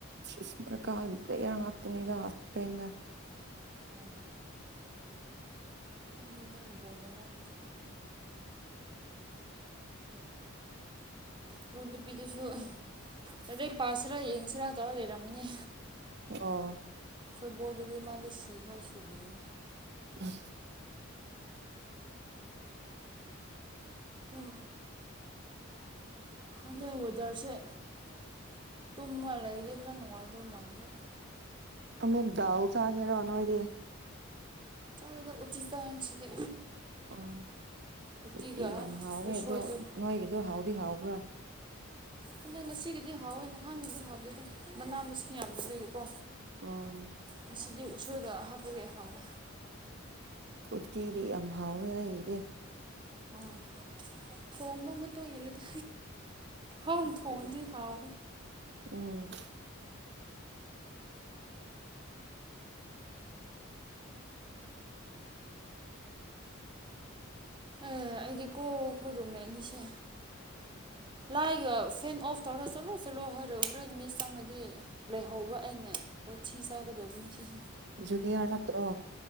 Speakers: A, on the right; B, on the right.
A: ꯁꯤꯃꯔ ꯀꯥꯈꯤꯕꯗꯨꯗꯤ ꯑꯌꯥ ꯉꯥꯛꯇꯅꯤꯗ ꯏꯁꯄꯦꯟꯅ
B: ꯑꯥ ꯃꯐꯝꯗꯨꯗ ꯕꯣꯜ ꯉꯔꯥꯡꯒꯤꯗꯣ ꯃꯔꯨꯞ ꯅꯨꯄꯤꯗꯨꯁꯨ ꯍꯧꯖꯤꯛ ꯄꯥꯁꯁꯤꯔꯥ ꯌꯦꯡꯁꯤꯔꯥ ꯇꯧꯔ ꯂꯩꯔꯝꯃꯅꯤ
A: ꯑꯣ
B: ꯐꯨꯠꯕꯣꯜꯗꯗꯤ ꯃꯥꯗꯤ ꯁꯤꯚꯥꯎ ꯁꯤꯕꯤꯒꯅꯤ
A: ꯑꯝ
B: ꯍꯣ ꯈꯪꯗꯦ ꯋꯦꯗꯔꯁꯦ ꯇꯨꯝꯃ ꯂꯩꯔꯗꯤ ꯈꯔ ꯅꯨꯡꯉꯥꯏꯗꯧ ꯃꯥꯥꯟꯕ
A: ꯑꯃꯨꯛ ꯗꯥꯎ ꯆꯥꯒꯦꯔꯣ ꯅꯣꯏꯗꯤ
B: ꯆꯥꯗꯦꯗ ꯎꯠꯇꯤ ꯆꯥꯏ ꯉꯁꯤꯗꯤ
A: ꯑꯪ
B: ꯎꯇꯤꯒ
A: ꯎꯠꯇꯤ ꯌꯥꯝ ꯍꯥꯎꯋꯦ
B: ꯎꯁꯣꯏꯗꯨ
A: ꯑꯗꯣ ꯅꯣꯏꯒꯤꯗꯣ ꯍꯥꯎꯗꯤ ꯍꯥꯎꯕ꯭ꯔꯥ
B: ꯍꯟꯗꯛ ꯉꯁꯤꯒꯤꯗꯤ ꯍꯥꯎꯋꯦ ꯅꯍꯥꯟꯒꯤꯗꯤ ꯍꯥꯎꯗꯦꯗ ꯃꯅꯥ ꯃꯁꯤꯡ ꯌꯥꯝꯗꯕꯒꯤ ꯀꯣ
A: ꯎꯝ
B: ꯉꯁꯤꯗꯤ ꯎꯁꯣꯏꯒ ꯍꯥꯞꯄꯒꯤ ꯍꯥꯎꯋꯦ
A: ꯎꯠꯇꯤꯗꯤ ꯌꯥꯝ ꯍꯥꯎꯋꯦ ꯑꯩꯒꯤꯗꯤ
B: ꯑꯥ ꯊꯣꯡꯕ ꯃꯇꯨꯡ ꯏꯜꯂꯦꯗ ꯍꯥꯎꯅ
A: ꯑꯗꯨꯕꯨꯗꯤ꯫
B: ꯊꯣꯡꯉꯗꯤ ꯍꯥꯎꯋꯦ
A: ꯎꯝ
B: ꯑꯦ ꯑꯩꯗꯤ ꯀꯣ ꯑꯈꯣꯏ ꯔꯨꯝꯃꯦꯠ ꯑꯅꯤꯁꯦ ꯂꯥꯏꯒ ꯐꯦꯟ ꯑꯣꯐ ꯇꯧꯔ ꯆꯠꯂꯣ ꯆꯠꯂꯣ ꯍꯥꯏꯔꯛ ꯍꯣꯔꯦꯟ ꯃꯤ ꯆꯪꯂꯗꯤ ꯂꯩꯍꯧꯕ ꯑꯩꯅ ꯆꯥꯊꯤ ꯆꯥꯒꯗꯧꯕꯅꯤ ꯁꯤꯁꯦ
A: ꯖꯨꯅꯤꯌꯥꯔ ꯅꯠꯇ꯭ꯔꯣ